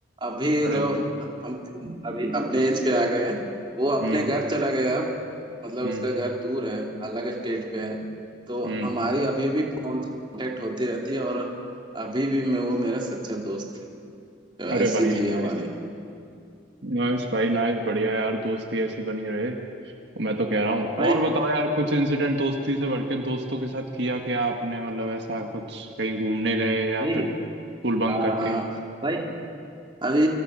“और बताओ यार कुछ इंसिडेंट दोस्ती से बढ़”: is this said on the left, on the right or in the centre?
Right